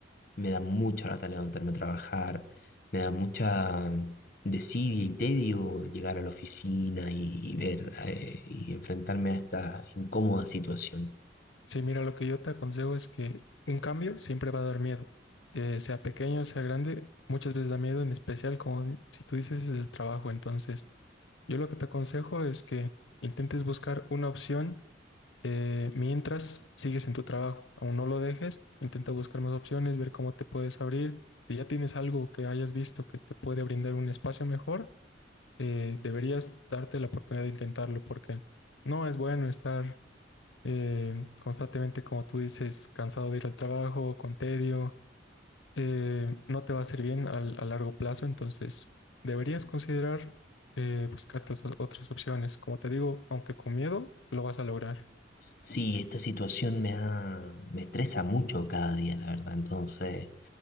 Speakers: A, on the left; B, on the left.
A: me da mucha lata levantarme a trabajar, me da mucha mm, desidia y tedio llegar a la oficina y, y ver eh, y enfrentarme a esta incómoda situación.
B: Sí, mira, lo que yo te aconsejo es que un cambio siempre va a dar miedo, Eh, sea pequeño, sea grande, muchas veces da miedo, en especial como di- si tú dices es del trabajo. Entonces, yo lo que te aconsejo es que intentes buscar una opción eh, mientras sigues en tu trabajo, aún no lo dejes, intenta buscar más opciones, ver cómo te puedes abrir. Si ya tienes algo que hayas visto que te puede brindar un espacio mejor, eh, deberías darte la oportunidad de intentarlo porque no es bueno estar eh, constantemente, como tú dices, cansado de ir al trabajo, con tedio, eh, no te va a hacer bien al- a largo plazo, entonces deberías considerar eh, buscarte os- otras opciones. Como te digo, aunque con miedo, lo vas a lograr.
A: Sí, esta situación me ha, me estresa mucho cada día, la verdad. Entonces,